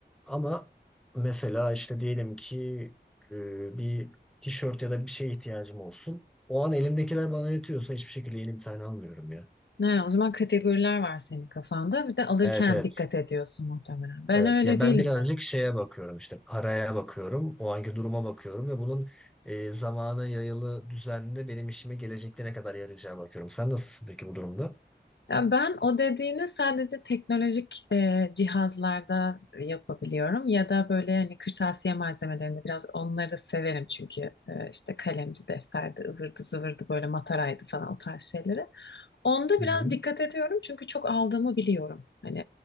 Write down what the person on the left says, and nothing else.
Ne, o zaman kategoriler var senin kafanda. Bir de alırken
dikkat ediyorsun muhtemelen. Ben
öyle
değilim
ya.
Ya ben o dediğini sadece teknolojik e, cihazlarda yapabiliyorum ya da böyle hani kırtasiye malzemelerinde biraz onları da severim çünkü e, işte kalemdi, defterdi, ıvırdı zıvırdı böyle mataraydı falan o tarz şeyleri. Onda
biraz
dikkat ediyorum çünkü çok aldığımı biliyorum. Hani